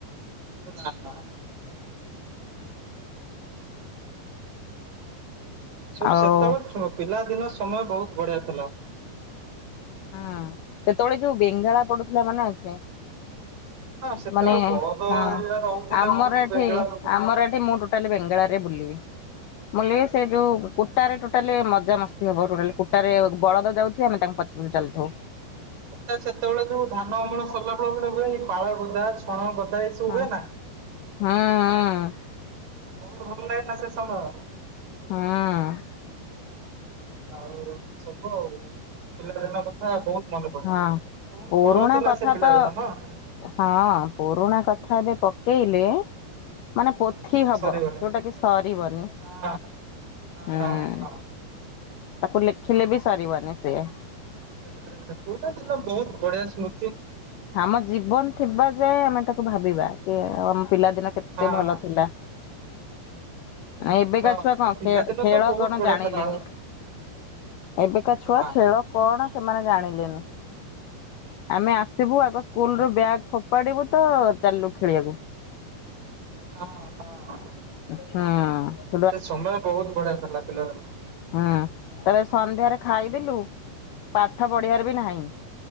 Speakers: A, on the right (about 50°); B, on the left (about 85°).
A: ନା ନା ସବୁ
B: ଆଉ
A: ସେତେବେଳେ ପିଲା ଦିନ ସମୟ ବୋହୁତ ବଢିଆ ଥିଲା।
B: ହୁଁ ସେତେବେଳେ ଯୋଉ ବେଙ୍ଗଳା ପଡୁଥିଲା ମାନେ ଅଛେ
A: ହଁ ସେତେବେଳେ
B: ମାନେ
A: ବଳଦ
B: ହଁ
A: ହେରିକା ରହୁଥିଲେ
B: ଆମର
A: ବହୁତ
B: ଏଠି
A: ବେଙ୍ଗଳା ପଡୁଥିଲା।
B: ଆମର ଏଠି ମୁଁ ତାେ ବେଙ୍ଗଳରେ ବୁଲିବି। ମୁଁ ସେ ଯୋଉ କୁଟାରେ ଟୋଟାଲି ମଜାମସ୍ତି ହବୋଟା କୁଟାରେ ବଳଦ ଜୋଉ ତାଙ୍କ ପ ମ ଚଲଥ
A: ଟା ସେତେବେଳେ ଯୋଉ ଧାନ ଅମଳ ସରିଲା ବେଳେ ପୁରା ହୁଏନି ପାଳ ଗଦା ଛଣ ଗଦା ସବୁ
B: ହ
A: ହୁଏ ନା।
B: ହଁ ହଁ।
A: ବହୁତ ଭଲ ଲାଗଥିଲା ସେ ସମୟ।
B: ହଁ।
A: ଆଉ ଏତି ସବୁ ଆଉ ପିଲାଦିନ କଥା ବୋହୁତ ମନେ ପଡେ।
B: ହଁ।
A: ବହୁତ
B: ପୁରୁଣା
A: ଭଲ ଥିଲା
B: କଥା
A: ସେ ପିଲାଦିନ
B: ତ
A: ନା ହଁ
B: ହଁ ପୁରୁଣା କଥା ଏବେ ପକେଇଲେ ମାନେ ପୋଥି
A: କଥା
B: ହବ
A: ସରିବନି।
B: ଯୋଉଟା କି ସରିବନି
A: ହଁ ହଁ
B: ହୁଁ
A: ହଁ
B: ତାକୁ ଲେଖିଲେ ବି ସାରିବନି ସିଏ
A: ଦେଖ ପୁରୁଣା ଦିନ ବହୁତ ବଢିଆ ସ୍ମୃତି।
B: ଆମ ଜୀବନ ଥିବା ଯାଏଁ ଆମେ ତାକୁ ଭାବିବା କି ଆ ଆମ ପିଲାଦିନ କେତେ
A: ହଁ
B: ଏତେ ଭଲ ଥିଲା। ନାଇଁ ଏବେକା
A: ହଁ
B: ଛୁଆ କଣ
A: ମୋ ପିଲାଦିନ
B: ଖେଳ
A: ତ ବହୁତ
B: କଣ
A: ବଢିଆ
B: ଜାଣିଲେନି।
A: ଥିଲା ଆଉ
B: ଏବେକା ଛୁଆ
A: ନା।
B: ଖେଳ କଣ
A: ହଁ
B: ସେମାନେ ଜାଣିଲେନି। ଆମେ ଆସିବୁ ଆଗ ସ୍କୁଲ ରୁ ବ୍ୟାଗ ଫୋପାଡିବୁ ତ ଚାଲିଲୁ ଖେଳିବାକୁ।
A: ହଁ ହଁ।
B: ହଁ।
A: ସେ ସମୟ ବହୁତ ବଢିଆ ଥିଲା ପିଲା ଦିନ।
B: ହୁଁ ତରେ ସନ୍ଧ୍ୟାରେ ଖାଇଥିଲୁ ପାଠ ପଢିବାର ବି ନାହିଁ।